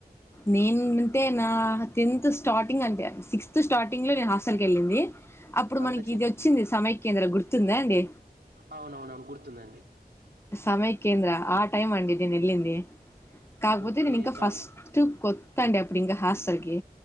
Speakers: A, on the left (about 15°); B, on the right (about 80°).
A: నేనుంటే నా టెన్త్ స్టార్టింగ్ అంటే సిక్స్త్ స్టార్టింగ్లో నేను హాస్టల్ కేళ్ళింది అప్పుడు
B: అంత
A: మనకిదోచ్చింది సమైయ్కేంద్ర గుర్తుందా అండి
B: అవునవును గుర్తుందం
A: సమైయ్కేంద్ర ఆ టైమ్ అండి నేనేలింది కాకపోతే
B: ఓకే
A: నేను ఇంకా
B: చా
A: ఫస్ట్ట్ కొత్తాండి అప్పుడి ఇంక హాస్టల్కి